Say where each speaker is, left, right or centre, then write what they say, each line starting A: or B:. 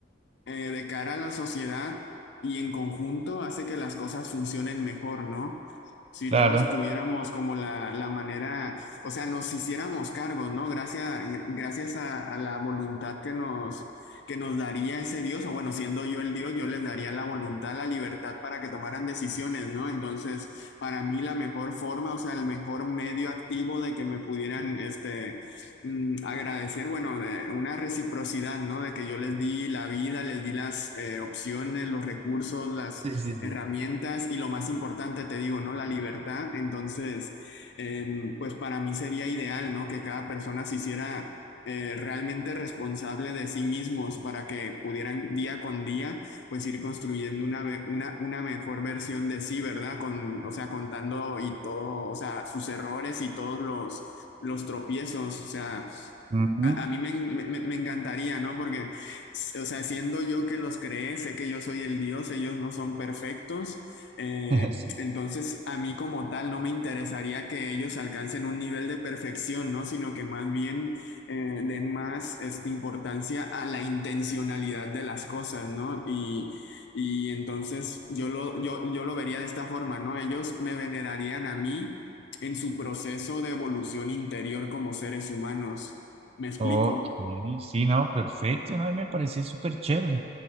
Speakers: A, on the left; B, on the right.
A: eh, de cara a la sociedad y en conjunto hace que las cosas funcionen mejor, ¿no? Si
B: Claro.
A: todos tuviéramos como la, la manera, o sea, nos hiciéramos cargo, ¿no? Gracias, gracias a, a la voluntad que nos, que nos daría ese Dios, o bueno, siendo yo el Dios, yo les daría la voluntad, la libertad para que tomaran decisiones, ¿no? Entonces, para mí la mejor forma, o sea, el mejor medio activo de que me pudieran, este, mm, agradecer, bueno, de una reciprocidad, ¿no? De que yo les di la vida, les di las eh, opciones, los recursos, las
B: Sí, sí, sí.
A: herramientas y lo más importante, te digo, ¿no? La libertad. Entonces, eh, pues para mí sería ideal, ¿no? Que cada persona se hiciera eh, realmente responsable de sí mismos para que pudieran día con día pues ir construyendo una, una, una mejor versión de sí, ¿verdad? Con, o sea, contando y todo, o sea, sus errores y todos los, los tropiezos, o sea,
B: Ujú.
A: a, a mí me, me- me encantaría, ¿no? Porque, o sea, siendo yo que los creé, sé que yo soy el Dios, ellos no son perfectos, eh,
B: <laughs> Sí.
A: entonces a mí como tal no me interesaría que ellos alcancen un nivel de perfección, ¿no? Sino que más bien eh, den más este, importancia a la intencionalidad de las cosas, ¿no? Y, y entonces yo lo, yo, yo lo vería de esta forma, ¿no? Ellos me venerarían a mí en su proceso de evolución interior como seres humanos. ¿Me explico?
B: Ok, sí, no, perfecto, no, y me parece súper chévere.